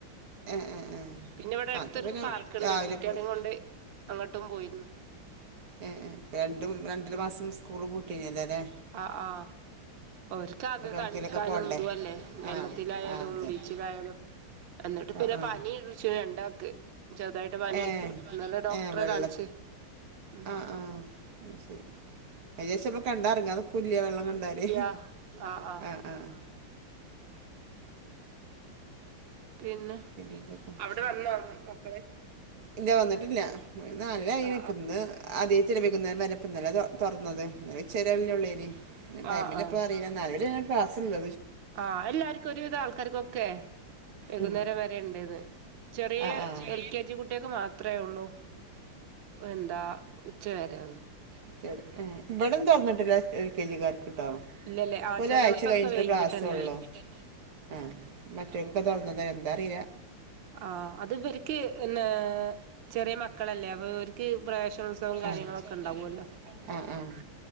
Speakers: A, on the right; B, on the right.
A: ഏ ഏ ഏ
B: പിന്നെ ഇവിടെ അടുത്തൊരു
A: അത് പിന്നെ
B: പാർക്ക്ുണ്ട്
A: രാവിലെ
B: കുട്ടികളെും
A: പോയി
B: കൊണ്ട് അങ്ങോട്ടും പോയിരുന്നു
A: ഏ് രണ്ടും രണ്ടര മാസം സ്കൂള് പൂട്ടി കഴഞ്ഞല്ലേ അല്ലേ
B: ആ ആ ഒക്ക്ാകെ
A: എവിടേക്കേലൊക്കെ
B: കളിക്കാന
A: പോണ്ടേ
B: എതുും അല്ലേ വെള്ളത്തിലായാലും
A: ആ ആ അതന്നെ
B: ബീച്ചിലായാലും എന്നിട്ട്
A: ആ
B: പിന്നെ
A: ആ
B: പനി പിടിച്ചു രണ്ടാക്ക് ചെറുതായിട്ട് പനി
A: ഏ
B: നല്ല ഡോക്ടറെ
A: ഏ വെള്ള
B: കാണിിച്ചു ഉ
A: ആ ആ ശരി ഏകദേശംപ്പ കണ്ടാറങ്ങ അത് കുല്ലിയ വെള്ളം ക എന്തരേഹ്
B: ഇല്ല ആ ആ
A: ആഹ് ആഹ്
B: പിന്നെ
A: പിന്നെന്തൊക്കെ
B: അവിടെ വന്നോന്ന് മക്കള്
A: ഇല്ല വന്നിട്ടില്ലല്ല <unintelligible>
B: ആ
A: ഇപ്പം ഇന്ന് <unintelligible> ഇന്നലെ തൊറന്നത <unintelligible> ഉള്ളേനി ടൈമിനെ
B: ആ ആ ആ
A: എപ്പോഴാ അറിയില്ല നാലരേരാണ് ക്ലാസ്ള്ളത്
B: ആഹ് എല്ലാര്ക്കു ഒരുവിധം ആൾക്കാര്ക്കൊക്കെ വൈകുന്നേരം
A: ഉം
B: വരെ രേണ്ടേന്ന് ചെറിയ
A: ആഹ് ആഹ്
B: എൽകെ കേജി കുട്ടിയക്ക് മാത്രേ ഒള്ളൂ എന്താ ഉച്ചവരെ
A: <unintelligible> വ്ടെം തൊറന്നിട്ടില്ല എൽ കെ ജിക്കാർക്ക് ട്ടോ
B: ഇല്ലല്ലേ ആ
A: ഒരാഴ്ച
B: ചെലോടത്തൊക്കെ
A: കഴിഞ്ഞിട്ട്
B: വൈകീട്ടന്നെയാണ്
A: ക്ലാസ്സൊള്ളു ആഹ് ചെങ്ക തൊറന്നുന്നേ എന്താറിയുല
B: ആഹ് അതിബര്ക്ക് എന്നെ ചെറിയ മക്കളല്ലേ അപ്പൊ ഇവര്ക്ക് പ്രവേശനോത്സവം കാര്യങ്ങളൊക്കെണ്ടാവുവല്ലോ
A: ആഹ് ആഹ് ആഹ്